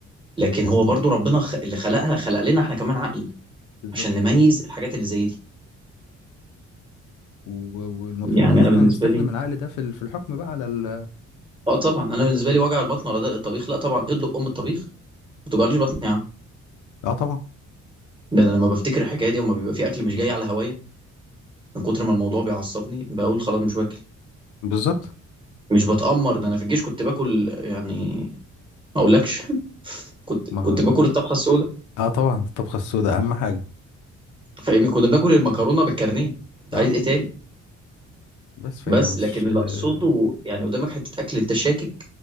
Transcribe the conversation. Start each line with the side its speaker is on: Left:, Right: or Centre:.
Right: لكن هو برضو ربنا خ... اللي خلقها خلق لنا احنا كمان عقل
Left: بالظبط
Right: عشان نميز الحاجات اللي زي دي
Left: و- والمفروض
Right: يعني
Left: ان
Right: انا
Left: احنا
Right: بالنسبه
Left: نستخدم
Right: لي
Left: العقل ده في ال- في الحكم بقى على ال
Right: اه طبعا انا بالنسبه لي وجع البطن ولا دلق الطبيخ لا طبعا ادلق ام الطبيخ ما توجعليش بطني يا عم
Left: اه طبعا
Right: ده انا لما بفتكر الحكايه دي وما بيبقى في اكل مش جاي على هوايه من كتر ما الموضوع بيعصبني بقول خلاص مش واكل
Left: بالظبط
Right: مش بتأمر ده انا في الجيش كنت باكل يعني ما اقولكش <laughs> كنت
Left: ما هو-
Right: كنت باكل الطبخه السوداء
Left: اه طبعا الطبخة السوداء اهم حاجة
Right: فاهمني كنا بناكل المكرونه بالكارنيه انت
Left: اه
Right: عايز ايه تاني
Left: بس فهي
Right: بس
Left: مش
Right: لكن اللي
Left: اه
Right: اقصده يعني قدامك حته اكل انت شاكك